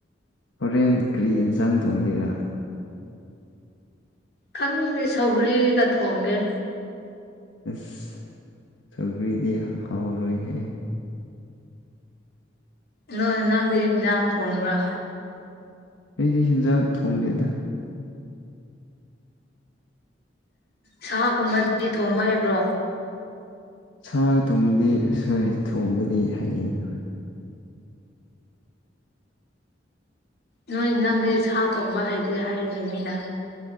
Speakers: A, on the left; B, on the left.
A: ꯍꯣꯔꯦꯟ ꯀꯔꯤ ꯏꯟꯁꯥꯡ ꯊꯣꯡꯒꯦꯔꯥ
B: ꯈꯪꯗꯦ ꯁꯧꯒ꯭ꯔꯤꯒ ꯊꯣꯡꯒꯦ
A: ꯑꯁ ꯁꯧꯒ꯭ꯔꯤꯗꯤ ꯍꯥꯎꯔꯣꯏꯍꯦ
B: ꯅꯣꯏ ꯅꯪꯗꯤ ꯏꯡꯖꯥꯡ ꯊ‌ꯣꯡꯕ꯭ꯔꯥ
A: ꯑꯩꯗꯤ ꯍꯦꯟꯖꯥꯡ ꯊꯣꯡꯗꯦꯗ
B: ꯁꯥ ꯒꯨꯝꯕꯗꯤ ꯊꯣꯡꯕ ꯍꯩꯕ꯭ꯔꯣ
A: ꯁꯥꯒ ꯊꯨꯝꯗꯤ ꯍ‌ꯣꯏ ꯊꯣꯡꯕꯗꯤ ꯍꯩ ꯍ‌ꯣꯏ
B: ꯅꯣꯏ ꯅꯪꯗꯤ ꯁꯥ ꯊꯣꯡꯕ ꯍꯩꯇꯦ ꯍꯥꯏꯅꯦ ꯃꯤꯅ